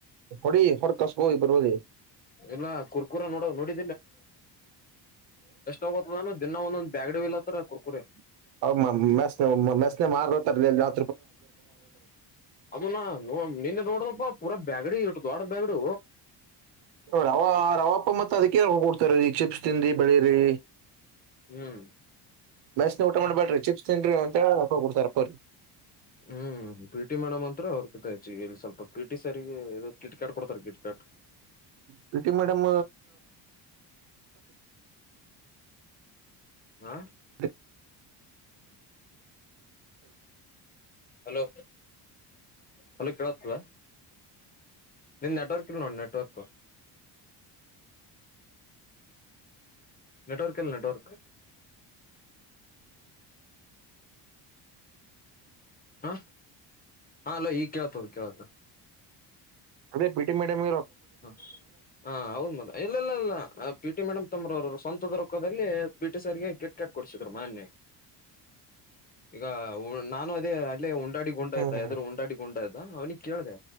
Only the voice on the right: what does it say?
ಹೊಡಿ ಹೊಡ್ ಕಸ್ಕೋ ಬರ್ಬೋದಿ
ಮೆ ಮೆಸ್ನೆ ಮಾರ್ ಲ
ರ ರವಪ್ಪ ಮತ್ತೆ ಅದಕ್ಕೆ ಕೊಡ್ತಾರೆ ಈ ಚಿಪ್ಸ್ ತಿಿಂದಿ ಬಳಿ ರೀ
ಮೆಸ ಊಟ ಮಾಡ್ೇಡ್ರಿ ಚಿಪ್ಸ್ ತಿನ್ಿ ಅಂತ ಹೋಗಿಡ್ತಾರಪ್ಪಪ್ರರಿ
ಪಿ ಟಿ ಮೇಡಮ್
ರೊಕ್ಕ
ಅದೇ ಪಿಟಿ ಮೇಡಮ್
ಹ್ಮ್